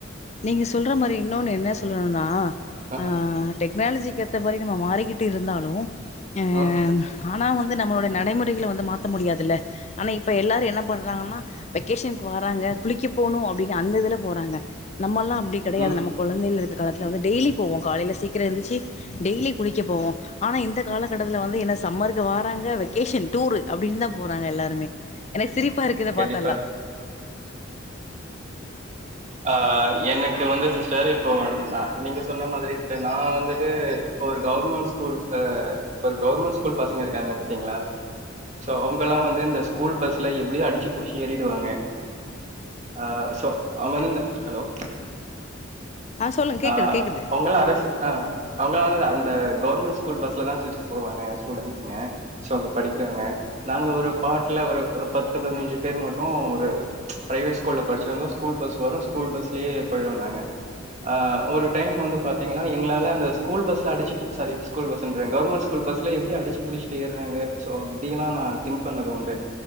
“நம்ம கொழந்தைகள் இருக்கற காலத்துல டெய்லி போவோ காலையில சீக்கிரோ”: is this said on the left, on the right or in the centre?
Left